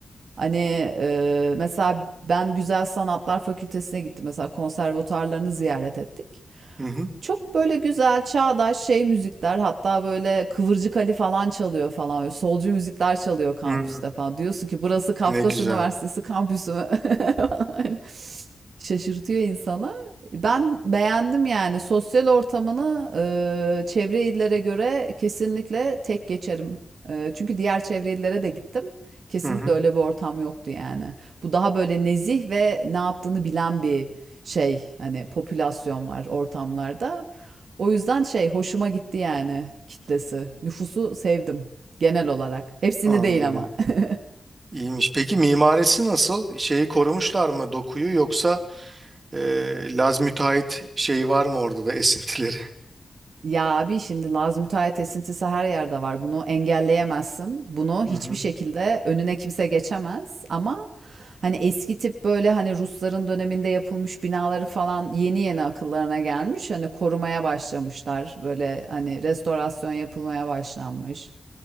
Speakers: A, on the right (about 80°); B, on the right (about 40°).
A: hani e, mesela ben Güzel Sanatlar Fakültesine gittim mesela konservatuarlarını ziyaret ettik
B: Hı hı.
A: çok böyle güzel çağdaş şey müzikler hatta böyle Kıvırcık Ali falan çalıyor falan böyle solcu müzikler çalıyor kampüste
B: Hı.
A: falan. Diyorsun ki burası Kafkas
B: Ne güzel.
A: Üniversitesi kampüsü mü? <laughs> Falan öyle. Şaşırtıyor insanı. Ben beğendim yani sosyal ortamını e, çevre illere göre kesinlikle tek geçerim. E, çünkü diğer çevre illere de gittim. Kesinlikle
B: Hı hı,
A: öyle bir ortam yoktu yani. Bu daha böyle nezih ve ne yaptığını bilen bir şey hani popülasyon var ortamlarda. O yüzden şey hoşuma gitti yani kitlesi. Nüfusu sevdim genel olarak. Hepsini
B: anladım.
A: değil ama. <laughs>
B: İyiymiş. Peki mimarisi nasıl? Şeyi korumuşlar mı dokuyu yoksa e, Laz müteahhit şey var mı orada da esintileri?
A: Ya abi şimdi Laz müteahhit esintisi her yerde var. Bunu engelleyemezsin. Bunu hiçbir
B: Hı hı,
A: şekilde önüne kimse geçemez. Ama hani eski tip böyle hani Rusların döneminde yapılmış binaları falan yeni yeni akıllarına gelmiş. Hani korumaya başlamışlar. Böyle hani restorasyon yapılmaya başlanmış.